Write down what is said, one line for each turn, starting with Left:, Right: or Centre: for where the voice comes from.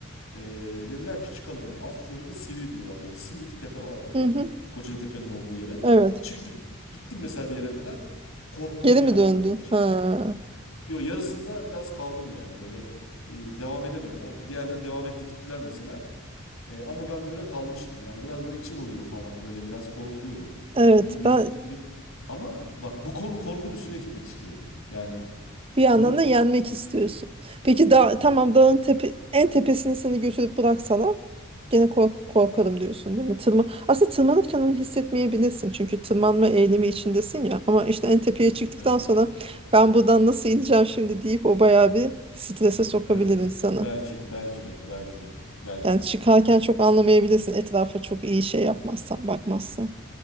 Left: Ee, dediler ki çıkalım yani Afyon'da Sivri diyorlar böyle. Sivri bir tepe var böyle.
Right: Hı hı.
Left: Bu Kocatepe'nin olduğu yere.
Right: <laughs>
Left: Çıktık
Right: Evet.
Left: gittim mesela bir yere kadar. Korktum
Right: Geri
Left: yani
Right: mi döndün?
Left: böyle bir şey.
Right: Ha.
Left: Yo yarısında biraz kaldım yani böyle e, devam edemedim. O diğerleri devam etti gittiler mesela. E, ama ben böyle kalmıştım. Yani biraz böyle içim ılıyor falan böyle biraz korkuyorum.
Right: Evet
Left: Bir vücudun-
Right: ben
Left: Ama bak bu konu korkun üstüne gitmek istiyorum. Yani
Right: Bir yandan
Left: bunu
Right: da yenmek istiyorsun. Peki
Left: evet
Right: dağ, tamam dağın tepe, en tepesini seni götürüp bıraksalar gene kork korkarım diyorsun değil mi? Tırma, aslında tırmanırken onu hissetmeyebilirsin. Çünkü tırmanma eğilimi içindesin ya. Ama işte en tepeye çıktıktan
Left: evet
Right: sonra ben buradan nasıl ineceğim şimdi deyip o bayağı bir strese sokabilir
Left: evet
Right: insanı.
Left: belki belki de belki de belki
Right: Yani
Left: de
Right: çıkarken çok anlamayabilirsin etrafa çok iyi şey yapmazsan, bakmazsan.